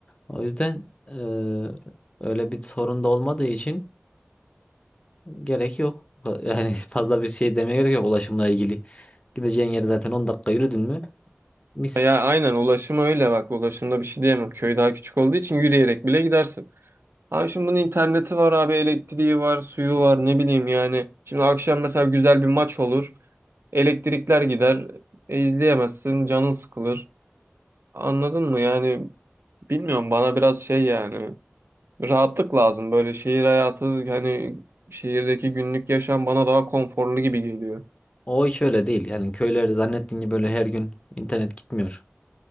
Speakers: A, on the left; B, on the right.
A: O yüzden e, öyle bir sorun da olmadığı için gerek yok. Yani <laughs> fazla bir şey demeye gerek yok ulaşımla ilgili. Gideceğin yer zaten 10 dakika yürüdün mü? Mis.
B: Ya aynen ulaşım öyle bak ulaşımda bir şey diyemem. Köy daha küçük olduğu için yürüyerek bile gidersin. Abi şimdi bunun interneti var abi elektriği var suyu var ne bileyim yani. Şimdi akşam mesela güzel bir maç olur. Elektrikler gider. E, izleyemezsin canın sıkılır. Anladın mı yani bilmiyorum bana biraz şey yani. Rahatlık lazım böyle şehir hayatı hani şehirdeki günlük yaşam bana daha konforlu gibi geliyor.
A: O hiç öyle değil. Yani köyler zannettiğin gibi böyle her gün internet gitmiyor.